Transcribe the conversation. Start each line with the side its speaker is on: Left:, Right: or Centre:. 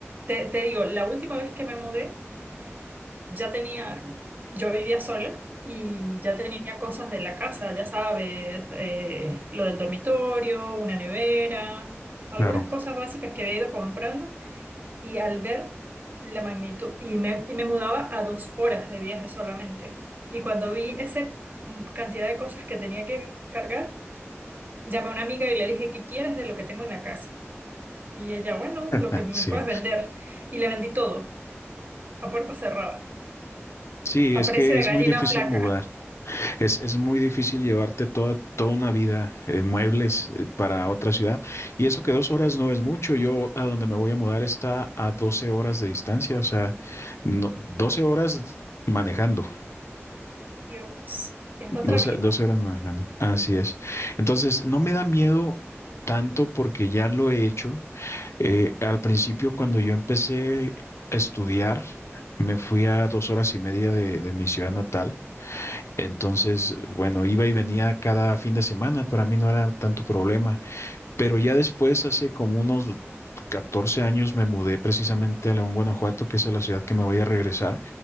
Right: te, te digo, la última vez que me mudé, ya tenía, yo vivía sola y ya tenía cosas de la casa, ya sabes, eh, lo del dormitorio, una nevera, algunas
Left: Claro,
Right: cosas básicas que había ido comprando y al ver la magnitud, y me, y me mudaba a dos horas de viaje solamente. Y cuando vi esa cantidad de cosas que tenía que cargar, llamé a una amiga y le dije, ¿qué quieres de lo que tengo en la casa? Y ella, bueno,
Left: <laughs>
Right: lo que me
Left: sí.
Right: puedes vender. Y le vendí todo, a puerta cerrada,
Left: Sí,
Right: a
Left: es
Right: precio
Left: que
Right: de
Left: es
Right: gallina
Left: muy difícil
Right: flaca.
Left: mudar. Es, es muy difícil llevarte toda, toda una vida en muebles eh, para otra ciudad. Y eso que dos horas no es mucho. Yo a donde me voy a mudar está a 12 horas de distancia. O sea, no, 12 horas manejando.
Right: Dios, es
Left: 12,
Right: otra vida.
Left: 12 horas manejando. Así es. Entonces, no me da miedo tanto porque ya lo he hecho. Eh, al principio, cuando yo empecé a estudiar, me fui a dos horas y media de, de mi ciudad natal. Entonces, bueno, iba y venía cada fin de semana. Para mí no era tanto problema. Pero ya después, hace como unos 14 años, me mudé precisamente a León, Guanajuato, que es a la ciudad que me voy a regresar.